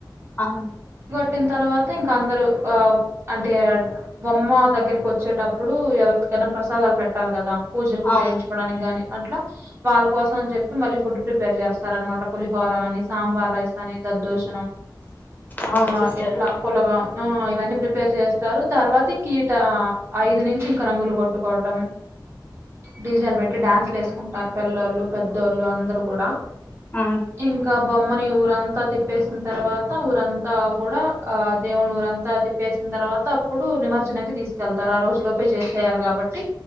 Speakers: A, on the left; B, on the right.
A: అ
B: కొట్టిన తర్వాత ఇంకా అందరూ అంటే బొమ్మా దగ్గరికి వచ్చేటప్పుడు ఎవరికైనా ప్రసాదాలు పెట్టాలి కదా పూజలకు
A: అవును
B: చేయించుకోవడానికి గాని అట్లా వాళ్ళ కోసం అని చెప్పి మళ్ళీ ఫుడ్ ప్రిపేర్ చేస్తారనమాట పులిహోర అని సాంబార్ రైస్ అని దద్దోజ్
A: అవును
B: ఆ
A: సిస్టర్
B: ఎ పులగం హ్మ్ ఇవన్నీ ప్రిపేర్ చేస్తారు తర్వాత ఇంక ఈట ఐదు నుంచి ఇంక రంగులు కొట్టుకోటం డీజేలు పెట్టి డ్యాన్స్లు వేసుకుంటారు పిల్లోళ్ళు పెద్దోళ్ళు అందరూ కూడా
A: అవును
B: ఇంకా బొమ్మని ఊరంతా తిప్పేసిన తర్వాత ఊరంతా కూడా ఆ దేవునిఊరంతా తిప్పేసిన తర్వాత అప్పుడు నిమజ్జనానికి తీసుకెళ్తారు ఆ రోజు లోపే చేసేయాలి కాబట్